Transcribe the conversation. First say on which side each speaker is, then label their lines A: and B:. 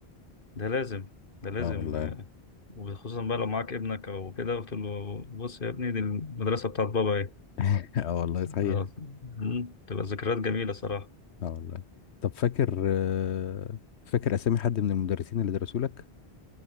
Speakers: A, on the left; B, on the left.
A: ده لازم ده لازم
B: اه والله
A: آه، وخصوصا بقى لو معاك ابنك او كده قلت له بص يا ابني دي المدرسة بتاعت بابا ايه
B: <laughs> اه والله صحيح
A: آه، مم، تبقى ذكريات جميلة صراحة
B: اه والله طب فاكر آه، فاكر اسامي حد من المدرسين اللي درسوا لك